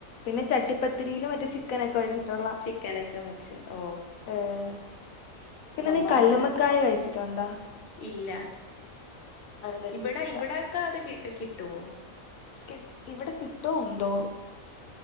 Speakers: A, on the left; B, on the left.
A: പിന്നെ ചട്ടിപ്പത്തിരില് മറ്റേ ചി ക്കനൊക്കെ വെച്ചിട്ടൊള്ള
B: ചിക്കനൊക്കെ വെച്ച് ഓ
A: ഏഹ് പിന്നെ
B: നമ്മളത്
A: നീ കല്ലുമ്മക്കായ കഴിച്ചിട്ടൊണ്ടാ?
B: ഇല്ല
A: കഴിച്ചിട്ടില്ല.
B: ഇവിടെ ഇവിടെക്കെ അത് കിട്ട് കിട്ടുവോ?
A: കി ഇവടെ കിട്ടോ എന്തോ?